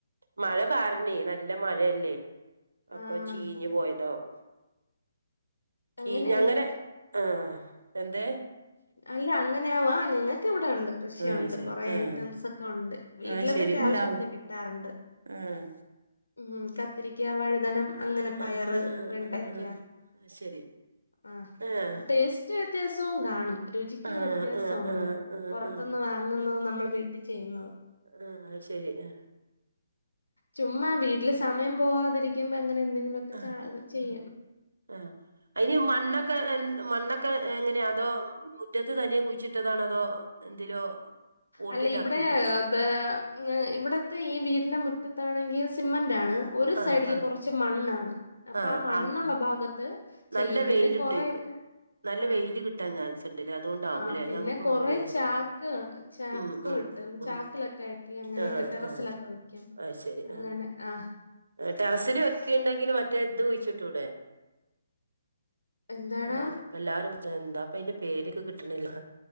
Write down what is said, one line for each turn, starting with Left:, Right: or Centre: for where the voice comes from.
Right: മഴ കാരണേ നല്ല മയല്ലേ അപ്പൊ
Left: ആഹ്
Right: ചീഞ്ഞ് പോയതാവും. കീഞ്ഞങ്ങനെ
Left: അങ്ങനെ ആയിരിക്കും
Right: എ എന്ത്?
Left: അല്ല അങ്ങനെയാവുവാ ഞങ്ങക്ക് ഇവിടെ ഉണ്ട് കൃഷിയുണ്ട്
Right: ആഹ് ആഹ് ശരി
Left: കൊറേ
Right: ആഹ്
Left: ഐറ്റംസ് ഒക്കെ ഉണ്ട് വീട്ടിലത്തെ
Right: ആഹ് ശരി
Left: ഒക്കെ
Right: ഇണ്ടാവും
Left: ആവശ്യത്തിന് കിട്ടാറുണ്ട്
Right: ആഹ്
Left: ഉം കത്തിരിക്ക, വഴുതനം, അങ്ങനെ പയറ്
Right: ആഹ് ആഹ്
Left: വെണ്ടക്ക
Right: ആഹ് ആഹ് ശരി
Left: ആഹ്
Right: ആഹ്
Left: ടേസ്റ്റ് വ്യത്യാസവും കാണും രുചിക്കും
Right: ആഹ്
Left: വ്യത്യാസമുണ്ട്
Right: ആഹ് ആഹ് ആഹ്
Left: പുറത്ത്നിന്ന്
Right: ആഹ്
Left: വാങ്ങുന്നതും നമ്മൾ വീട്ടിൽ ചെയ്യുന്നതും
Right: ആഹ് ശരി ആഹ്
Left: ചുമ്മാ വീട്ടില് സമയം പോവാതിരിക്കുമ്പോ അങ്ങനെ എന്തെങ്കിലുമൊക്കെ
Right: ആഹ്
Left: ച ചെയ്യും
Right: ആഹ് ആഹ് അയിന് ഈ മണ്ണ് മണ്ണൊക്കെ മണ്ണൊക്കെ എങ്ങനെയാ അതോ മുറ്റത്ത് തനിയെ കുഴിച്ചിട്ടതാണോ അതോ എന്തിലോ പോട്ടിലാക്കിയിട്ട്
Left: അല്ല ഇവിടെ
Right: കുഴിച്ചി
Left: അത് ഉം ഇവിടത്തെ ഈ വീടിന്റെ മുറ്റത്താണെങ്കിൽ സിമന്റ് ആണ് ഒരു
Right: ആഹ്
Left: സൈഡിൽ
Right: ആഹ്
Left: കുറച്ച് മണ്ണാണ് അപ്പം
Right: ആഹ്
Left: ആ മണ്ണുള്ള
Right: ആഹ്
Left: ഭാഗത്ത് ചെയ്യും
Right: നല്ല
Left: പിന്നെ
Right: വെയിലിട്ടേക്കും
Left: കൊറേയൊക്കെ
Right: നല്ല
Left: ആഹ്
Right: വെയില് കിട്ടാൻ ചാൻസ് ഉണ്ടല്ലേ അതുകൊണ്ടാവൂല്ലേ
Left: ആഹ് പിന്നെ
Right: ഞങ്ങൾക്ക്
Left: കൊറേ
Right: ഇവിടെ വെയില്
Left: ചാക്ക്
Right: കുറവാ
Left: കാണ് ചാക്ക്
Right: ഉം ഉം
Left: കിട്ടും
Right: ഉം
Left: ചാക്കിലൊക്കെ ആക്കി അങ്ങനെയൊക്കെ
Right: ആഹ്
Left: ടെറസിലൊക്കെ
Right: ആഹ്
Left: വെക്കും
Right: അത് ശരി
Left: അങ്ങനെ
Right: ആഹ്
Left: ആഹ്
Right: ടെറസില് വെക്കിയുണ്ടെങ്കിലും മറ്റേ ഇത് കുഴിച്ചിട്ടൂടെ?
Left: എന്താടാ
Right: അടാ ഇപ്പം എല്ലാരും എന്താപ്പ അതിന്റെ പേരെക്കെ കിട്ടണില്ല